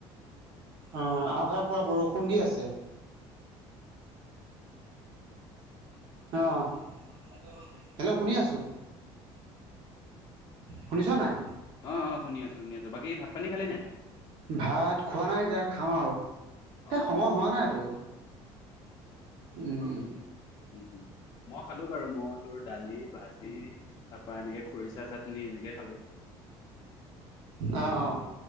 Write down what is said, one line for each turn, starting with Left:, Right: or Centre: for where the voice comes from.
Right: অ আমাৰ ফালে পুৰা বৰষুণ দি আছে অ হেল্ল হেল্ল' শুনি আছোঁ শুনিছ নাই
Left: অঁ অঁ শুনি আছোঁ শুনি আছোঁ বাকী ভাত পানী খালি নাই
Right: ভাত খোৱা নাই এতিয়া খাম আৰু এই
Left: অ
Right: সময়
Left: অ
Right: হোৱা নাইতো উম উম
Left: উ মই খালোণ বাৰু মই তোৰ দালি, ভাজি তাৰ পৰা এনেকে খৰিচা চাতনি- নি এনেকে খালোঁ
Right: অ' অ'